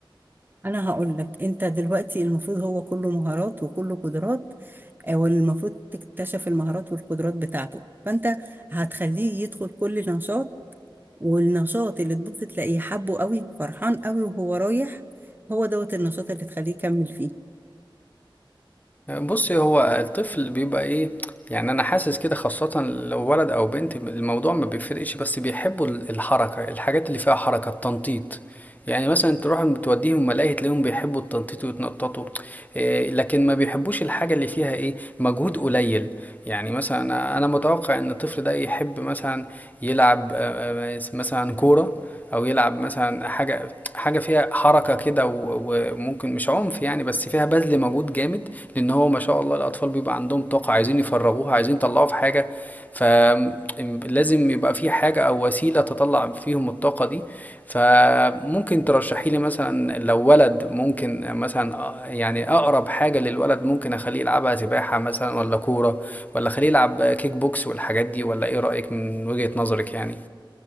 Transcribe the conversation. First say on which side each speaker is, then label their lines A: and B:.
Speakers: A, on the right (about 20°); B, on the left (about 20°).
A: أنا هقول لك أنت دلوقتي المفروض هو كله مهارات وكله قدرات آه، والمفروض تكتشف المهارات والقدرات بتاعته فأنت هتخليه يدخل كل نشاط والنشاط اللي تبص تلاقيه حبه قوي فرحان قوي وهو رايح هو دوت النشاط اللي تخليه يكمل فيه
B: بُصّي، هو الطفل بيبقى إيه، يعني أنا حاسس كده خاصةً لو ولد أو بنت م الموضوع ما بيفرقش، بس بيحبّوا ال الحركة، الحاجات اللي فيها حركة، التنطيط. يعني مثلًا تروح م تودّيهم ملاهي تلاقيهم بيحبّوا التنطيط ويتنططوا، آآ لكن ما بيحبّوش الحاجة اللي فيها إيه، مجهود قليل. يعني مثلًا أنا أنا متوقع إن الطفل ده يحب مثلًا يلعب آآ س مثلًا كورة أو يلعب مثلًا حاجة حاجة فيها حركة كده و وممكن مش عنف يعني، بس فيها بَذْل مجهود جامد لان هو ما شاء الله الاطفال بيبقى عندهم طاقه عايزين يفرغوها عايزين يطلعوها في حاجه فلازم يبقى في حاجه او وسيله تطلع فيهم الطاقه دي فممكن ترشحي لي مثلا لو ولد ممكن مثلا آه، يعني اقرب حاجه للولد ممكن اخليه يلعبها سباحه مثلا ولا كوره ولا اخليه يلعب كيك بوكس والحاجات دي ولا ايه رايك من وجهه نظرك يعني